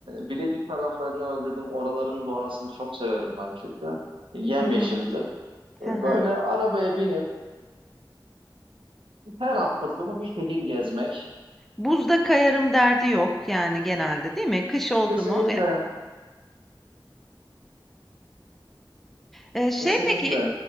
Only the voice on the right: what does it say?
Bilecik taraflarını özledim. Oraların doğasını çok severim ben çünkü. Yemyeşildi.
E,
Böyle arabaya binip her hafta sonu bir şehir gezmek.
Kesinlikle,
kesinlikle.